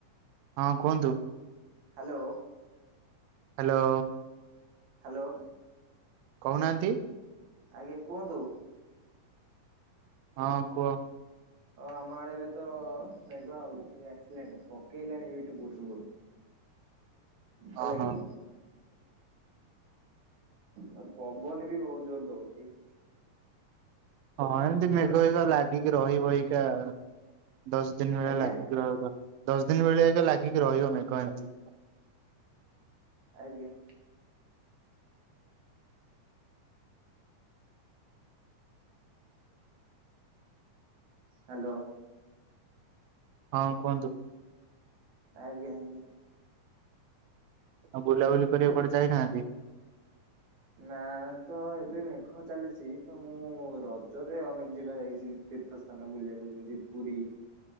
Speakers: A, on the right; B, on the right.
A: ହଁ, କୁହନ୍ତୁ।
B: ହ୍ୟାଲୋ!
A: ହାଲୋ!
B: ହାଲୋ!
A: କହୁନାହାଁନ୍ତି?
B: ଆଜ୍ଞା, କୁହନ୍ତୁ।
A: ହଁ, କୁହ।
B: ଓ ଆମ ଆଡେ ଏବେତ-ଅ, ମେଘ ଆଉ ଉଠେଇ ଆସିଲାଣି। ପକେଇଲାଣି ବି ଟୁପୁର ଟୁପୁର ହେଲାକି।
A: ଓହୋ।
B: ଆଉ ପବନ ବି ବହୁତ ଜୋର ଦଉଚି।
A: ହଁ, ଏମତି ମେଘ ହେଇକା ଲାଗିକି ରହିବ ଅଇକା-ଆ। ଦଶ ଦିନ ଭଳିଆ
B: ଆଜ୍ଞା
A: ଲାଗିକି ରହିବ। ଦଶ ଦିନ ଭଳିଆ ଅଇକା ଲାଗିକି ରହିବ, ମେଘ ଏନ୍ତି।
B: ଆଜ୍ଞା! ହାଲୋ!
A: ହଁ କୁହନ୍ତୁ
B: ଆଜ୍ଞା! ଆଜ୍ଞା!
A: ଆଉ ବୁଲାବୁଲି କରିବାକୁ କୁଆଡେ ଯାଇନାହାଁନ୍ତି।
B: ନା, ତ ଏବେ ମେଘ ଚାଲିଚି। ତ ମୁଁ ର ଜରେ ଅନେକ ଜେଗା ଯାଇଚି ତୀର୍ଥ ସ୍ଥାନ ବୁଲିବାକୁ ଯେମତି! ପୁରୀ,